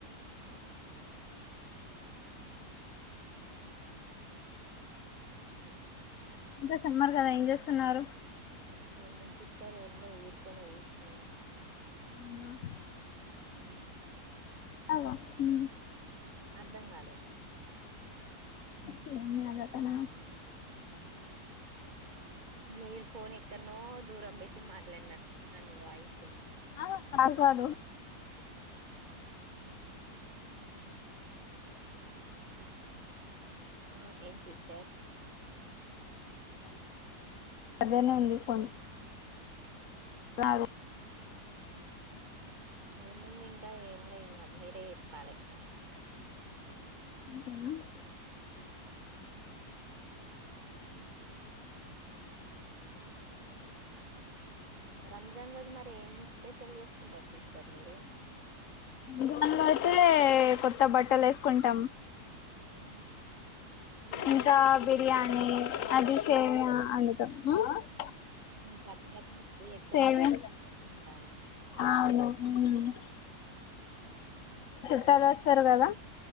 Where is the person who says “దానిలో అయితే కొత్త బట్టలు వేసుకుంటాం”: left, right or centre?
Left